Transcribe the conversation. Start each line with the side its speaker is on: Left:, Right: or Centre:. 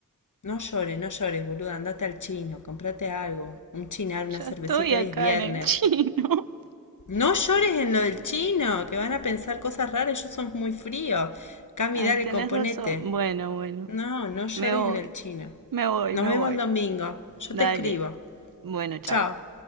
Left: No llores, no llores, boluda, andate al chino, comprate algo, un chinar, una
Right: Ya
Left: cervecita,
Right: estoy acá
Left: hoy es viernes.
Right: en el <laughs> chino.
Left: No llores en lo del chino, que van a pensar cosas raras, ellos son muy fríos. Cami,
Right: Ay,
Left: dale,
Right: tenés
Left: componete.
Right: razón. Bueno, bueno.
Left: No, no llores
Right: Me voy,
Left: en el chino.
Right: me voy,
Left: Nos
Right: me
Left: vemos
Right: voy.
Left: el domingo. Yo
Right: Dale.
Left: te escribo.
Right: Bueno, chao.
Left: Chao.